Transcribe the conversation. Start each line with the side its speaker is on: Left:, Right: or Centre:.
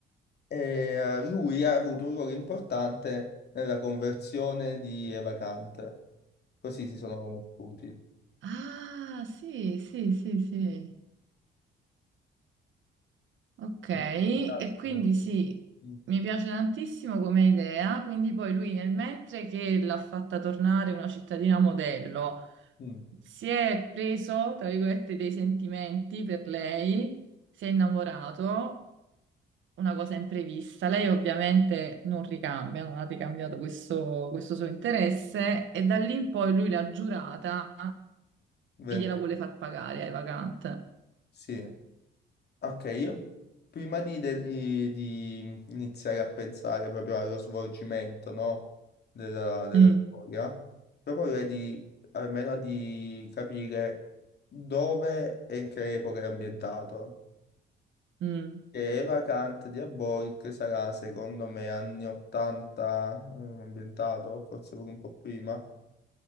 Left: E eh, lui ha avuto un ruolo importante nella conversione di Eva Kant. Così si sono conosciuti.
Right: Ah, sì, sì, sì, sì. Ok, e
Left: Sì, sì,
Right: quindi
Left: sì.
Right: sì,
Left: Mm.
Right: mi piace tantissimo come idea, quindi poi lui nel mentre che l'ha fatta tornare una cittadina modello,
Left: mm.
Right: si è preso, tra virgolette, dei sentimenti per lei, si è innamorato, una cosa imprevista, lei ovviamente non ricambia, non ha ricambiato questo, questo suo interesse e da lì in poi lui l'ha giurata
Left: Vende-
Right: e gliela vuole far pagare ai vacant.
Left: Sì, ok, io prima di, de- i- di iniziare a pensare proprio allo svolgimento, no, della, della
Right: Mm,
Left: storia, proporrei di, almeno di capire dove e in che epoca è ambientato.
Right: mm.
Left: Che Eva Kant di Aboric sarà, secondo me, anni 80 eh, ambientato, forse pure un po' prima.